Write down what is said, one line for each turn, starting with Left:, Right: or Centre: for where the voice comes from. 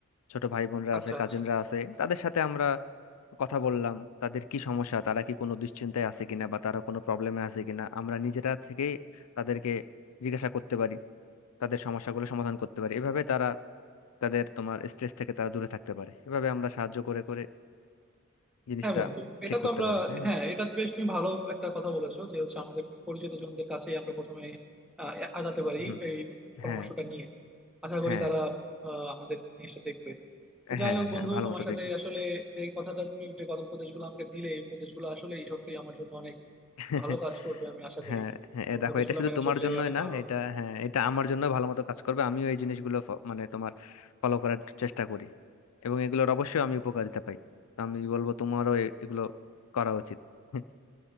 Left: ছোট ভাই বোনরা
Centre: আচ্ছা
Left: আছে কাজিনরা
Centre: আচ্ছা
Left: আছে তাদের সাথে আমরা কথা বললাম তাদের কি সমস্যা তারা কি কোনো দুশ্চিন্তায় আছে কিনা বা তারা কোনো প্রবলেমে আছে কিনা আমরা নিজেরা থেকেই তাদেরকে জিজ্ঞাসা করতে পারি তাদের সমস্যাগুলো সমাধান করতে পারি এভাবে তারা তাদের তোমার স্ট্রেস থেকে তারা দূরে থাকতে পারে এভাবে আমরা সাহায্য করে করে জিনিসটা
Centre: হ্যাঁ বন্ধু
Left: ঠিক
Centre: এটা তো
Left: করতে
Centre: আমরা
Left: পারি তাই না
Centre: হ্যাঁ এটা বেশ তুমি ভালো একটা কথা বলেছো যে হচ্ছে আমাদের পরিচিত জনদের কাছেই আমরা প্রথমে আহ, আগাতে পারি
Left: হুম
Centre: এই পরামর্শটা
Left: হ্যাঁ
Centre: নিয়ে আশা করি
Left: হ্যাঁ
Centre: তারা আহ, আমাদের জিনিসটা দেখবে তো যাই
Left: হ্যাঁ
Centre: হোক
Left: হ্যাঁ
Centre: বন্ধু
Left: ভালো
Centre: তোমার
Left: মতো
Centre: সাথে
Left: দেখবে
Centre: আসলে যে কথাটা তুমি যে কথা উপদেশগুলো আমাকে দিলে এই উপদেশগুলো আসলে সত্যি আমার জন্য অনেক
Left: <laughs>
Centre: ভালো কাজ করবে আমি আশা
Left: হ্যাঁ
Centre: করি
Left: হ্যাঁ
Centre: তোমার
Left: এ দেখো
Centre: উপদেশগুলো
Left: এটা শুধু
Centre: মেনে
Left: তোমার
Centre: চললে
Left: জন্যই
Centre: অনেক
Left: না
Centre: ভালো
Left: এটা
Centre: হবে
Left: হ্যাঁ এটা আমার জন্য ভালো মতো কাজ করবে আমিও এই জিনিসগুলো ফ- মানে তোমার ফলো করার চেষ্টা করি এবং এগুলোর অবশ্যই আমি উপকারিতা পাই তো আমি বলবো তোমারও এ- এগুলো করা উচিত <laughs>